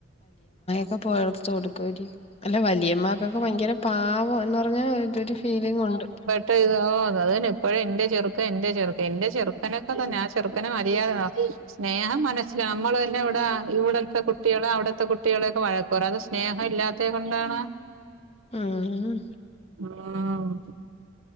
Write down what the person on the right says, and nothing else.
ട്ടെ ഇതൊ അത് അത് തന്നെ എപ്പഴും എന്റെ ചെറുക്കൻ എന്റെ ചെറുക്കൻ എന്റെ ചെറുക്കനൊക്കെ തന്നാ ആ ചെറുക്കനെ മതിയാതോ സ്നേഹം മനസ്സിലാ നമ്മള് തന്നെ ഇവിടെ ഇവിടത്തെ കുട്ടികള് അവിടത്തെ കുട്ടികളെയെക്കെ വഴക്കറിം അത് സ് സ്നേഹം ഇല്ലാത്തേ കൊണ്ടാണേ
<unintelligible>